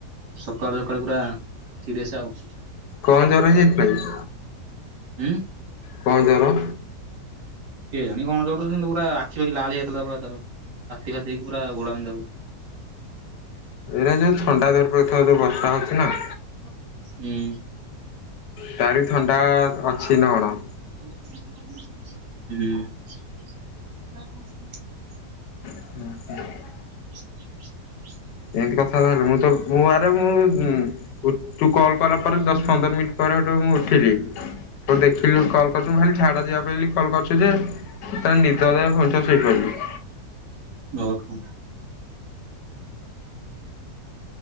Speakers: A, on the right (about 70°); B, on the left (about 80°).
A: ସକାଳୁ ସକାଳୁ ପୁରା ସିରିଅସ୍ ଆଉ।
B: କଣ ଜର ହେଇ ଯାଇଥିଲା କି?
A: ହୁଁ
B: କଣ ଜର?
A: କେଜାଣି କଣ ଜର ସେନ୍ତି ପୁରା ଆଖି ପାଖି ଲାଲ୍ ହେଇଥିଲା ପୁରା ତାର ବାନ୍ତି ଫାତି ହେଇକି ପୁରା ଘୋଳା ବିନ୍ଧା
B: ଏଇଟା ଯୋଉ ଥଣ୍ଡା ଧରି ପକେଇଥିବ ଯୋଉ ବର୍ଷା ହଉଛି ନା।
A: ହୁଁ।
B: ତାରି ଥଣ୍ଡା ଅଛି ନା କଣ।
A: ହୁଁ।
B: ଓହୋ <unintelligible>
A: <unintelligible>
B: ଏମିତି କଥାବାର୍ତ୍ତା ହେଲେ ମୁଁ ତ ମୁଁ ଆରେ ମୁଁ ତୁ କଲ୍ କଲା ପରେ ଦଶ ପନ୍ଦର ମିନିଟ୍ ପରେ ସେଠୁ ମୁଁ ଉଠିଲି। ତୁ ଦେଖିଲୁ କଲ୍ କରୁଥିଲୁ ବୋଲି ଝାଡ଼ା ଯିବା ପାଇଁ କଲ୍ କରୁଥିଲି ଯେ ତା ନିଦ ଲାଗିଲା ଫୁଣି ଥରେ ଶୋଇପଡିଲି।
A: ଓହୋ।